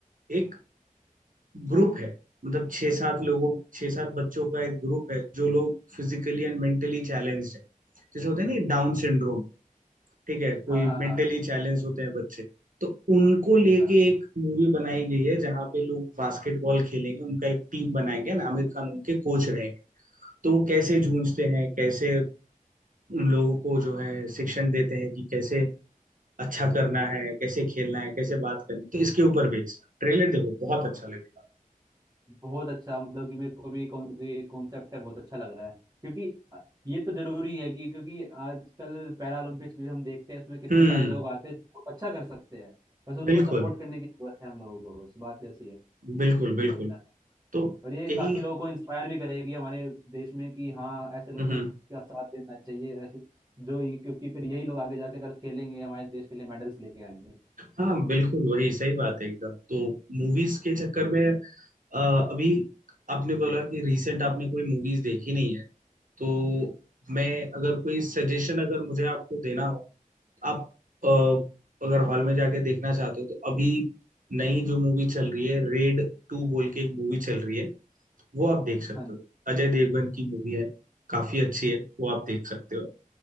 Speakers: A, on the right; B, on the right.
A: एक ग्रुप है मतलब छः सात लोगों छः सात बच्चों का एक ग्रुप है जो लोग फिजिकली एंड मेंटली चैलेंज्ड है जैसे होते हैं ना डाउन सिंड्रोम ठीक है कोई
B: हाँ हाँ हाँ
A: मेंटली चैलेंज होते हैं बच्चे तो उनको लेके
B: हाँ
A: एक मूवी बनाई गई है जहाँ पे लोग बास्केटबॉल खेलेंगे उनका एक टीम बनाएंगे ना आमिर खान उनके कोच रहेंगे तो वो कैसे जूझते हैं कैसे उन लोगों को जो है शिक्षण देते हैं कि कैसे अच्छा करना है कैसे खेलना है कैसे बात करनी तो इसके ऊपर बेस्ड ट्रेलर देखो बहुत अच्छा लगेगा
B: बहुत अच्छा मतलब कि मेरे को भी कॉन- ये कॉन्सेप्ट है बहुत अच्छा लग रहा है क्योंकि अ, ये तो जरूरी है कि क्योंकि आजकल पैरालंपिक्स भी हम देखते हैं इसमें कितने
A: हम्म
B: सारे लोग आते हैं जो बहुत अच्छा कर सकते हैं बस उनको
A: बिल्कुल
B: सपोर्ट करने की जरूरत है हम लोगों को बस बात ऐसी है
A: बिल्कुल बिल्कुल
B: ये होता है
A: तो
B: और ये
A: यही
B: काफी लोगों को इंस्पायर भी करेगी हमारे देश में कि हाँ ऐसे लोगों
A: हम्म
B: को का साथ देना चाहिए ऐसे जो क्योंकि फिर यही लोग आगे जाके अगर खेलेंगे हमारे देश के लिए मेडल्स लेके आएंगे
A: हाँ बिल्कुल वही सही बात है एकदम तो मूवीज के चक्कर में अ, अभी आपने बोला कि रिसेंट आपने कोई मूवीज देखी नहीं है तो मैं अगर कोई सजेशन अगर मुझे आपको देना हो आप अ, अगर हॉल में जाके देखना चाहते हो तो अभी नई जो मूवी चल रही है रेड टू बोल के एक मूवी चल रही है वो आप देख सकते
B: हाँ जी।
A: हो अजय देवगन की मूवी है काफी अच्छी है वो आप देख सकते हो